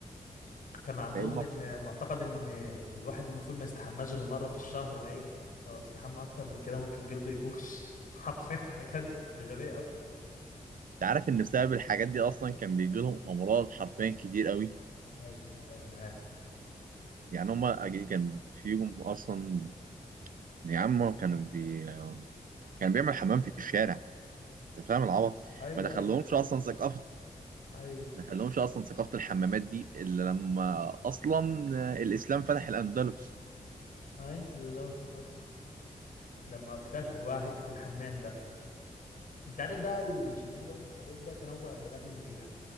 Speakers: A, on the left (about 70°); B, on the right (about 70°).
A: كان عندهم
B: لان انت
A: ان معتقد ان الواحد المفروض ما يستحماش غير مرة في الشهر باين لو استحمى اكتر من كده ممكن جلده يبوظ <laughs> حرفيا حاجات غبية قوي
B: عارف ان بسبب الحاجات دي اصلا كان بيجي لهم امراض حرفيا كتير قوي
A: ايوه ايوه انا عارف
B: يعني هما أج- كان فيهم اصلا يا عم كان بي كان بيعمل حمام في الشارع انت فاهم العبط
A: ايوه
B: ما دخلهمش
A: ايوه
B: اصلا ثقافه
A: ايوه
B: ما دخلهمش اصلا ثقافه الحمامات دي الا لما اصلا الاسلام فتح الاندلس
A: ايوه بالظبط حصل لما اكتشفوا بقى حتة الحمام ده انت عارف بقى اللي بيشدني برضك في اوروبا تنوع اللغات اللي فيها